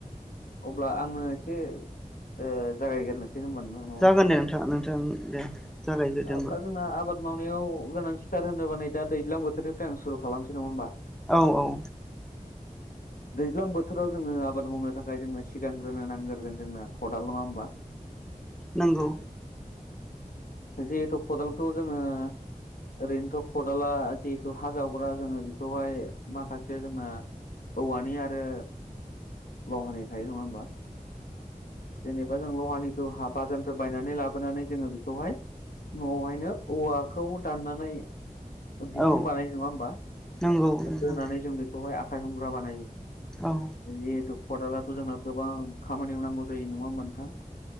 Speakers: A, on the left; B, in the centre.
A: अब्ला आङो एसे ओ जागायगिरनोसै होनबा नङा
B: जागोन दे नोंथाङा नोंथां दे जागायग्रोदो
A: अब्ला
B: होमबा
A: जोंना आबाद मावनायाव गोनांथिथार होनोब नाय दा दैज्लां बोथोरनिफ्राय आं सुरु खालामनोसै नङा होमबा?
B: औ औ
A: <inaudible> दैज्लां बोथोराव जोङो आबाद मावनो थाखाय जोंनो सिगांग्रोनो नांग्रोगोन जोंना खदाल नङा होमबा।
B: नंगौ।
A: जिहेतु खदालखौ जोङो ओरैनोथ' खदाला जिहेथु हाजावग्रा जोङो बेखौहाय माखासे जोंना औवानि आरो लहानि थायो नङा होमबा। जेनेबा जों लहानिखौ हा बाजानफ्राय बायनानै लाबोनानै जोङो बेखौहाय न'आवहायनो औवाखौ दाननानै बिखुं
B: औ
A: बानायो नङा होमबा
B: नंगौ नंगौ
A: दोनानै जों बेखौहाय आखाइ हमग्रा बानायो।
B: औ
A: जिहेथु खदालाथ' जोंना गोबां खामानियाव नांगौ जायो नङा नोंथां?